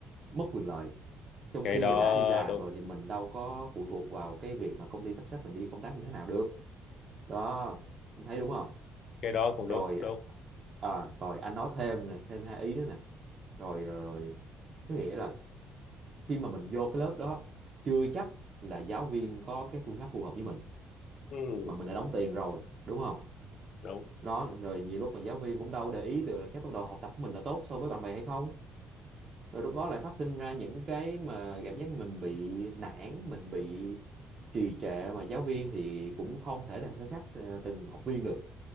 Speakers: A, on the right (about 40°); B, on the left (about 60°).
A: mất quyền lợi trong
B: cái
A: khi
B: đó
A: là đã đi làm
B: đúng
A: rồi thì mình đâu có phụ thuộc vào cái việc mà công ty sắp xếp mình đi công tác như thế nào được đó anh thấy đúng không
B: cái đó cũng
A: rồi
B: đúng đúng
A: à, rồi anh nói thêm nè thêm hai ý nữa nè rồi rồi rồi có nghĩa là khi mà mình vô cái lớp đó chưa chắc là giáo viên có cái phương pháp phù hợp với mình
B: ừ,
A: mà mình đã đóng tiền rồi đúng không
B: đúng
A: đó rồi nhiều lúc mà giáo viên cũng đâu để ý được là cái tốc độ học tập của mình là tốt so với bạn bè hay không rồi lúc đó lại phát sinh ra những cái mà cảm giác mình bị nản mình bị trì trệ mà giáo viên thì cũng không thể là theo sát ờ, từng học viên được